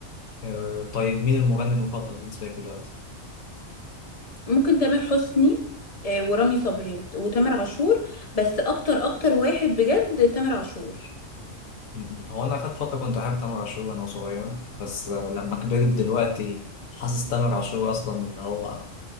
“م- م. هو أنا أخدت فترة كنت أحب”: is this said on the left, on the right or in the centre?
Left